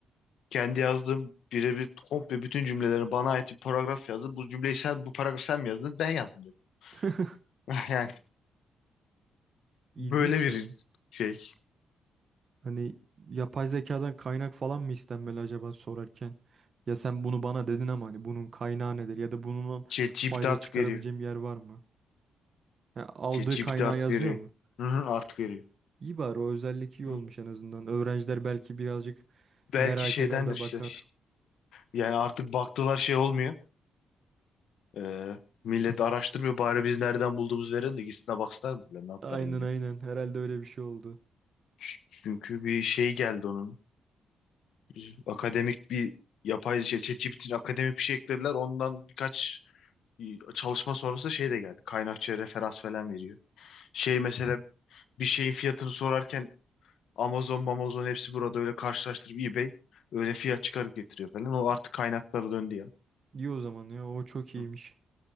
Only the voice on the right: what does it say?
<laughs>
ilginç
ya.
Hani yapay zekadan kaynak falan mı istenmeli acaba sorarken? Ya sen bunu bana dedin ama hani bunun kaynağı nedir ya da bunun
fayda
çıkarabileceğim
yer var mı? Ha, aldığı
kaynağı
yazıyor
mu?
İyi bari o özellik iyi olmuş
en azından. Öğrenciler belki birazcık
merak
eder de
bakar.
Aynen
aynen herhalde öyle bir şey oldu.
İyi o zaman ya o çok iyiymiş.